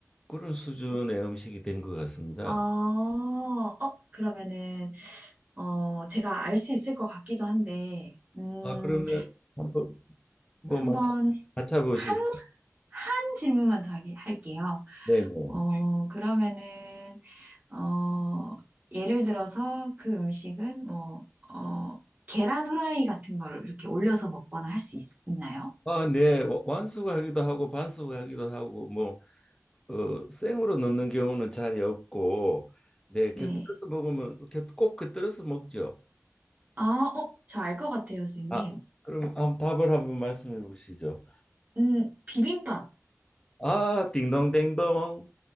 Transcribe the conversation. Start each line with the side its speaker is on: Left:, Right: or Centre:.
Left: 그런 수준의 음식이 된 것 같습니다.
Right: 어, 어, 그러면은 어, 제가 알 수 있을 것 같기도 한데 음,
Left: 아, 그러면 한번 뭐
Right: 한번
Left: 맞춰 보시죠.
Right: 한, 한 질문만 더 하게 할게요.
Left: 네네.
Right: 어, 그러면은 어, 예를 들어서 그 음식은 뭐 어, 계란 후라이 같은 걸 이렇게 올려서 먹거나 할 수 있나요?
Left: 아, 네. 와- 완숙하기도 하고 반숙하기도 하고 뭐 어, 생으로 넣는 경우는 잘 없고 네,
Right: 네.
Left: 곁들여서 먹으면 곁, 꼭 곁들여서 먹죠.
Right: 아, 어, 저 알 것 같아요, 선생님.
Left: 아, 그럼 한번 답을 한번 말씀해 보시죠.
Right: 음, 비빔밥.
Left: 아, 딩동댕동.